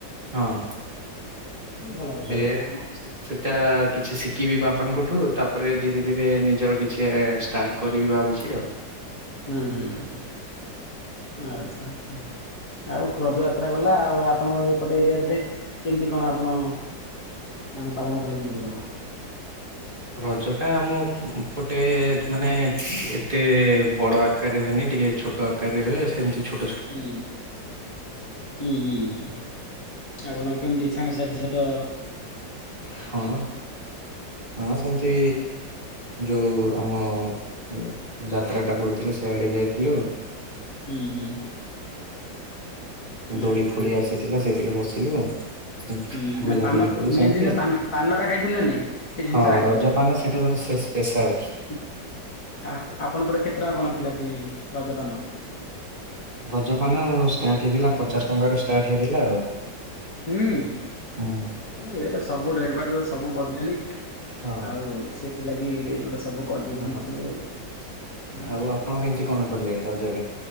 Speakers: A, on the right; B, on the left.
A: ହଁ।
B: ଉଁ ଭଲ। କଥା
A: ଦେ
B: ସେଇଟା
A: ମ <unintelligible> ତା କିଛି ଶିଖିବି ବାପାଙ୍କଠୁ ତାପରେ ଧୀରେ ଧୀରେ ନିଜର କି ଚେ ଏ ଏସ୍ ଷ୍ଟାର୍ଟ କରିବି ଭାବୁଛି ଆଉ
B: ଉଁ ହୁଁ ଆଚ୍ଛା ଆଛା ଆଉ ଖଯା ତ୍ରା ଗଲା ଆଉ ଆପଣ ଏପଟେ ଏରିଆ ପଟେ କେମିତି କଣ ଆପଣ? ମାନେ ପାଳନ କଲେ କେମତି କଣ?
A: ରଜ ଟା ଆମ ଫୁଟେ ମାନେ ତେଏ ବଡ ଆକାରରେ ହୁଏନି ଟିକେ ଛୋଟ ଆକାରରେ ହୁଏ ସେମିତି ଛୋ
B: <unintelligible> ହୁଁ ହୁଁ ହୁଁ ଚା ଆପଣ କେମତି ସାଙ୍ଗସାଥି ସତଅ
A: ହଁ ହଁ ସେମତି ଯୋଉ ଆମ ଉ ଯାତ୍ରାଟା ପଡିଥିଲା ସେଆଡେ ଯାଇଥିଲୁ।
B: ଉଁ ହୁଁ
A: ଦୋଳି
B: ଆଚ୍ଛା
A: ଫୋଳି ଆସିଥିଲା ସେଥିରେ ବସିଲ ନା
B: ହୁଁ
A: ବୁଲାବୁଲି
B: ନା ପାନ
A: କଲି
B: ମେନ୍
A: ସେମତି
B: ଜିନିଷ ପାନ ପାନଟା ଖାଇଛନ୍ତି ନା ନାଇଁ ସେ ଜିନିଷ
A: ହଁ
B: ଆଗ।
A: ରଜପାନ ସେଟା ତ ଥସ ପେଶାଲପ୍ସ
B: ଉଁହ ଆହ୍ ଆପଣ ପଟେ କେତେ ଟଙ୍କା କଣ ଥିଲା ସିଏ ରଜପାନ
A: ରଜ ପାନଅ ଷ୍ଟାର୍ଟ ହେଇଥିଲା ପଚାଶ ଟଙ୍କାରୁ ଷ୍ଟାର୍ଟ ହେଇଥିଲା ଆଉ
B: ଉଁ
A: ହୁଁ।
B: ମ ଇଡ଼େ ସବୁ ରେଡ୍ ବାଡ୍ ସବୁ ବଢିଲାଣି
A: ହଁ
B: ଆଉ ସେଥିଲାଗି ରେଜ୍ ବଟା ସବୁ କରିଦେଇଛନ୍ତି
A: ଓହୋ
B: ସବୁ ଆଉ ହୁଁ
A: ଆଉ
B: ହୁଁ
A: ଆପଣ କେମିତି କଣ କଲେ ରଜରେ?